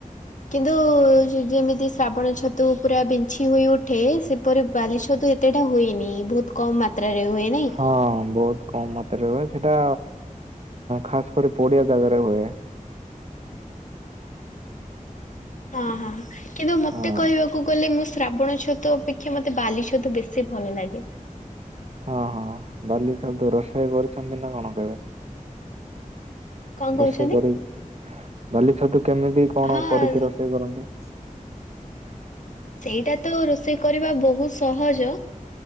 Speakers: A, on the left; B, on the right.
A: କିନ୍ତୁ ଯେମିତି ଶ୍ରାବଣ ଛତୁ ପୁରା ବିଂଛିି ହୋଇ ଉଠେ ସେପରି ବାଲି ଛତୁ ସେଟା ହୁଏନି ବହୁତ କମ୍ ମାତ୍ରାରେ ହୁଏ ନାଇଁ।
B: ହଁ ବହୁତ୍ କମ୍ ମାତ୍ରାରେ ହୁଏ ସେଇଟା ଖାସ୍ କରି ପଡିଆ ଜାଗାରେ ହୁଏ
A: ହଁ ହଁ କିନ୍ତୁ ମତେ
B: ହଁ
A: କହିବାକୁ ଗଲେ ମୁଁ ଶ୍ରାବଣ ଛତୁ ଅପେକ୍ଷା ମତେ ବାଲି ଛତୁ ବେଶୀ ଭଲ ଲାଗେ
B: ହଁ ହଁ ବାଲି ଛତୁ ରୋଷେଇ କରୁଛନ୍ତି ନା କଣ କେବେ
A: କଣ କହୁଛନ୍ତି?
B: ରୋଷେଇ କରି ବାଲି ଛତୁ କେମିତି କଣ
A: ହଁ
B: କରିକି ରୋଷେଇ କରନ୍ତି
A: ସେଇଟା ତ ରୋଷେଇ କରିବା ବହୁତ ସହଜ